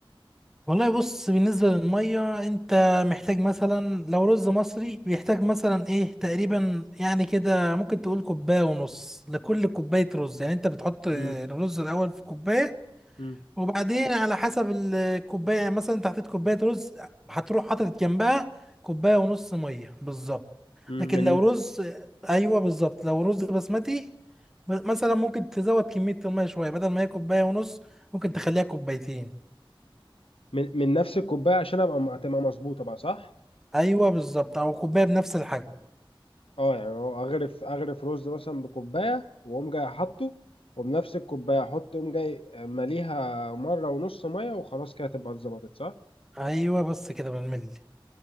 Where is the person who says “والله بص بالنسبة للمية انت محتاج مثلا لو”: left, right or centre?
Centre